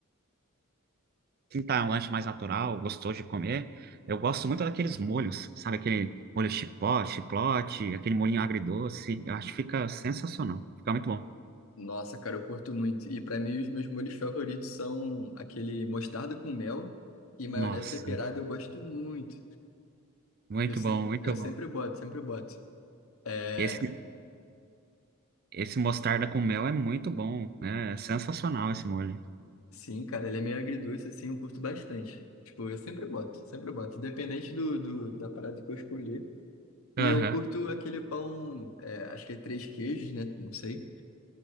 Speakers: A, on the right; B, on the left.
A: tentar um lanche mais natural, gostoso de comer. Eu gosto muito daqueles molhos, sabe? Aquele molho chipó, chiplote, aquele molhinho agridoce. Eu acho que fica sensacional. Fica muito bom.
B: Nossa, cara, eu curto muito. E pra mim os meus molhos favoritos são aquele mostarda com mel e maionese
A: Nossa,
B: temperada. Eu gosto muito.
A: muito
B: Eu, se...
A: bom, muito
B: eu sempre
A: bom.
B: boto, sempre boto. É,
A: Esse, esse mostarda com mel é muito bom. né, É sensacional esse molho.
B: Sim, cara, ele é meio agridoce, assim, eu curto bastante. Tipo, eu sempre boto, sempre boto, independente do, do- da parada que eu escolher. E
A: Aham.
B: eu curto aquele pão, é, acho que é três queijos, né? Não sei.